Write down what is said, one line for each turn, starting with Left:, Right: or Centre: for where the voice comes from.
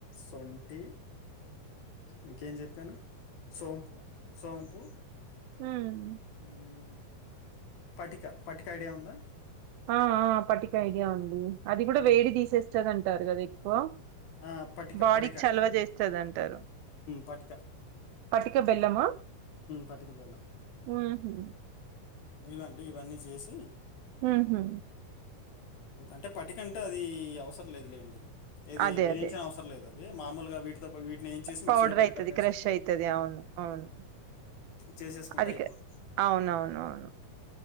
Left: సొంటి ఇంకేం చెప్పాను సోంపు సోంపు
Right: ఉమ్
Left: ఉమ్... పటిక పటిక ఐడియా ఉందా
Right: ఆ ఆ పటిక ఐడియా ఉంది అది కూడా
Left: ఉమ్,
Right: వేడి తీసేస్త పచ్చగంటారు కదా ఎక్కువ
Left: ఆ పటిక
Right: బాడీకి
Left: పటికా అంట
Right: చలవ చేస్తదంటారు
Left: పటికా
Right: పటిక బెల్లమా
Left: పటిక బెల్లం
Right: ఉహు
Left: ఇం ఇవన్నీ చేసి
Right: ఉహూ
Left: అంటే పటికంటే అది అవసరం లేదు లేండి ఇది
Right: అదే
Left: వేయించిన
Right: అదే
Left: అవసరం లేదు ఇది మామూలుగా వీటితో పా వీటిని ఏం చేసి
Right: పౌడర్
Left: మిక్సీలో పట్టేటప్పుడు
Right: అవుతుంది
Left: వేసు
Right: క్రెష్ అయితుంది అవును అవును
Left: చేసేసుకుంటే
Right: అది
Left: అయిపోతుంది
Right: అవునవునవును